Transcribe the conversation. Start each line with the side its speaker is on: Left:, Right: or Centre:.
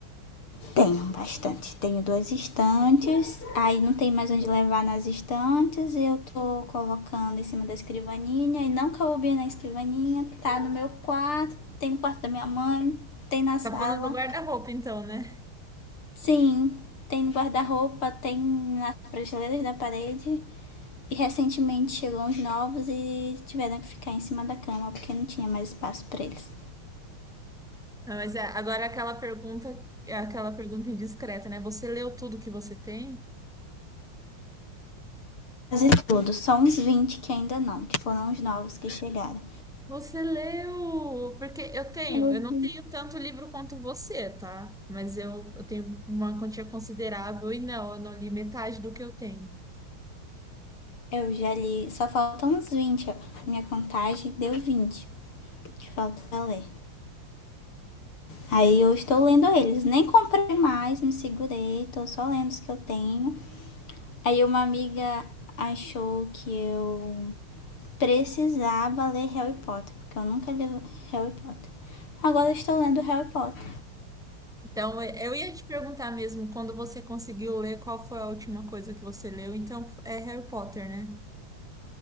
Left: Tenho bastante. Tenho duas estantes, aí não tem mais onde levar nas estantes, e eu tô colocando em cima da escrivaninha, e não coube na escrivaninha, tá no meu quarto, tem no quarto da minha mãe, tem na sala.
Centre: Tá falando do guarda-roupa, então, né?
Left: Sim, tem no guarda-roupa, tem nas prateleiras da parede. E recentemente chegou uns novos e tiveram que ficar em cima da cama porque não tinha mais espaço para eles.
Centre: Não, mas é, agora aquela pergunta, é aquela pergunta indiscreta, né? Você leu tudo que você tem?
Left: Quase tudo, só uns 20 que ainda não, que foram os novos que chegaram.
Centre: Você leu? Porque eu tenho,
Left: Eu,
Centre: eu não tenho tanto livro quanto você, tá? Mas eu, eu tenho uma quantia considerável e não, eu não li metade do que eu tenho.
Left: eu já li, só faltam uns 20 ó. Minha contagem deu 20 que falta pra ler. Aí eu estou lendo eles, nem comprei mais, me segurei, estou só lendo os que eu tenho. Aí uma amiga achou que eu precisava ler Harry Potter, porque eu nunca li Harry Potter. Agora estou lendo Harry Potter.
Centre: Então, eu eu ia te perguntar mesmo, quando você conseguiu ler, qual foi a última coisa que você leu? Então, é Harry Potter, né?